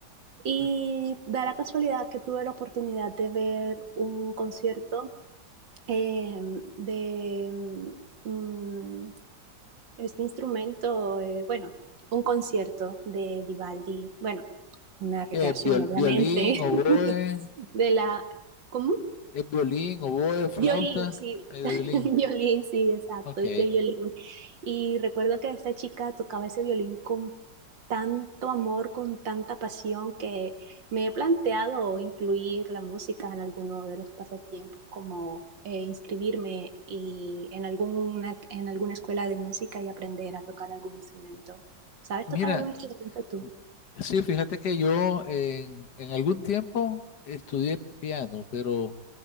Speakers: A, on the right (about 80°); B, on the left (about 65°).
A: Y
B: Mm.
A: da la casualidad que tuve la oportunidad de ver un concierto eh, de mm, mm, este instrumento, eh, bueno, un concierto de Vivaldi. Bueno una recreación,
B: ¿Qué? Viol-
A: obviamente,
B: violín, oboe,
A: <laughs> de la, ¿cómo?
B: es violín, oboe, flauta,
A: Violín, sí,
B: eh, de
A: <laughs>
B: violín.
A: violín, sí, exacto,
B: Ok,
A: de violín. Y recuerdo que esta chica tocaba ese violín con tanto amor, con tanta pasión, que me he planteado incluir la música en alguno de los pasatiempos, como eh, inscribirme y en alguna, en alguna escuela de música y aprender a tocar algún instrumento. ¿Sabes
B: mira,
A: tocar algún instrumento tú?
B: m- sí, fíjate que yo en en algún tiempo estudié piano, pero...